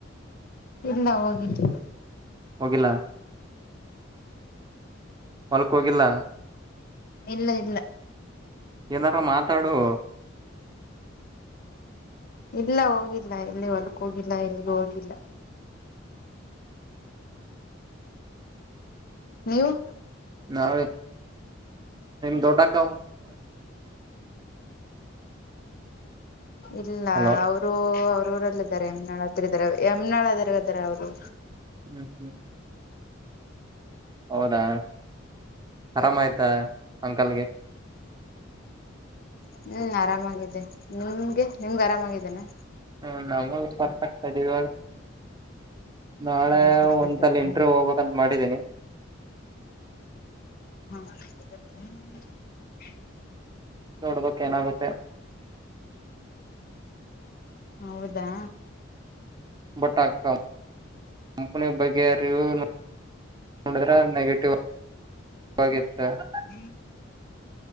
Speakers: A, on the left; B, on the right.
A: ಇಲ್ಲ ಹೋಗಿದ್ವಿ
B: ಹೋಗಿಲಾ ಹೋಲುಕ್ ಹೋಗಿಲ್ಲ
A: ಇಲ್ಲ ಇಲ್ಲ.
B: ಏನಾರ ಮಾತಾಡು.
A: ಇಲ್ಲ ಹೋಗಿಲ್ಲ ಎಲ್ಲಿ ಹೊಲ್ಕ್ ಹೋಗಿಲ್ಲ ಎಲ್ಲಿಗೂ ಹೋಗಿಲ್ಲ. ನೀವು.
B: ನಾ ದೊಡ್ಡಕ್ಕದ.
A: ಇಲ್ಲ
B: ಹಲೋ
A: ಅವರು. ಊರಲ್ಲ ಇದ್ದಾರೆ ಯಮ್ನಾಳ್ ಹತ್ರ ಇದಾರೆ ಯಮನಾಳ್ದಾರೆ ಅವ್ರು.
B: ಹ್ಮ್ ಹ್ಮ್. ಹೌದಾ ಆರಾಮ ಆಯ್ತಾ ಅಂಕಲ್ಗೆ.
A: ಹ್ಮ ಆರಾಮಿದ್ದ ನಿಮ್ಗೆ ನಿಮ್ಗೆ ಆರಾಮಾಗಿದ್ದೇನೆ.
B: ಹ್ಮ ನಾವಾಗ ಪರ್ಫತದೆ ಇವಾಗ. ನಾಳೆ
A: ಇವಾಗ ಪರ್ಫೆಕ್ಟ್
B: ಒಂದ್ಸಲ
A: ಆಗಿದೆ
B: ಇಂಟ್ರವ್ಯೂ ಹೋಗ್ಬೇಕಂತ ಮಾಡಿದೀನಿ.
A: ಹ್ಮ್.
B: ನೋಡ್ಬೇಕಕ್ ಏನಾಗುತ್ತೆ.
A: ಹೌದ <unintelligible> ದಾ.
B: ಬಟ್ ಆ ಕಂ ಕಂಪನಿ ಬಗ್ಗೆ ರಿವ್ಯೂ ನೋಡಿದ್ರೆ ನೆಗೆಟಿವ್ ವಾಗಿತ್ತ <unintelligible>
A: ಹ್ಮ್